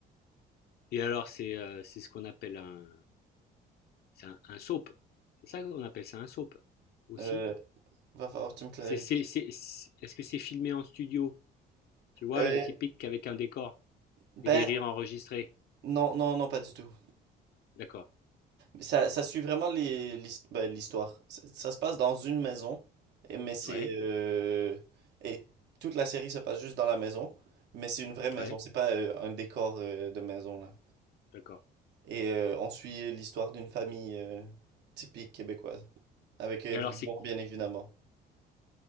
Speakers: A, on the left; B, on the right.
A: Et alors, c'est euh, c'est ce qu'on appelle un, c'est un, un soap. C'est ça qu'on appelle ça un soap aussi.
B: Euh, va falloir que tu me clarifies.
A: C'est, c'est, c'est, c'est- est-ce que c'est filmé en studio? Tu vois,
B: Euh,
A: la typique avec un décor
B: ben,
A: et des rires enregistrés.
B: non, non, non, pas du tout.
A: D'accord.
B: Ça, ça suit vraiment les, l'his- ben, l'histoire. Ça, ça se passe dans une maison, et- mais c'est...
A: Ouais,
B: euh, et toute la série se passe juste dans la maison, mais c'est une vraie maison,
A: ouais,
B: c'est pas euh, un décor euh, de maison, là.
A: d'accord.
B: Et euh, on suit l'histoire d'une famille euh, typique québécoise, avec euh,
A: Et
B: de
A: alors,
B: l'humour,
A: c'est...
B: bien évidemment.